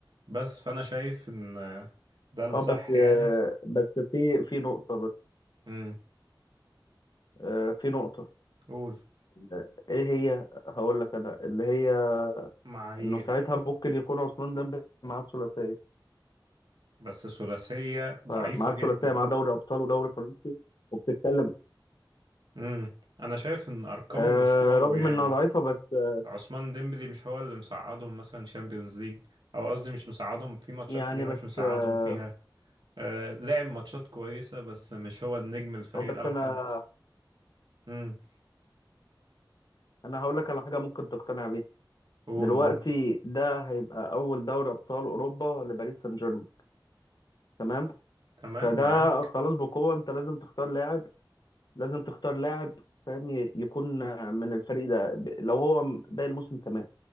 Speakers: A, on the right; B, on the left.
A: بس فأنا شايف إن آه، ده الصح
B: اه بس آه،
A: يعني
B: بس في في نقطة بس
A: امم
B: آه، في نقطة
A: قول
B: آه، ايه هي هقول لك انا اللي هي
A: معايير
B: انه ساعتها ممكن يكون عثمان ديمبلي معاه الثلاثية
A: بس ثلاثية ضعيفة
B: فمعاه
A: جدا
B: الثلاثية معاه دوري ابطال ودوري فرنسي وبتتكلم
A: امم أنا شايف إن أرقامه
B: آه،
A: مش واو
B: رغم
A: يعني
B: انها ضعيفة بس آه،
A: عثمان ديمبلي مش هو اللي مساعدهم مثلا شامبيونز ليج أو قصدي مش مساعدهم في ماتشات
B: يعني
A: كتير
B: بس
A: مش مساعدهم
B: آه،
A: فيها آه، لعب ماتشات كويسة بس مش هو النجم الفريق
B: آه، بس
A: الأوحد
B: انا
A: امم
B: انا هقول لك على حاجة ممكن تقتنع بيها
A: قول
B: دلوقتي
A: ممكن
B: ده هيبقى اول دوري ابطال اوروبا لباريس سان جيرمان تمام
A: تمام
B: فده
A: معاك
B: خلاص بقوة انت لازم تختار لاعب لازم تختار لاعب فاهم ي- يكون من الفريق ده ب- لو هو م- باقي الموسم تمام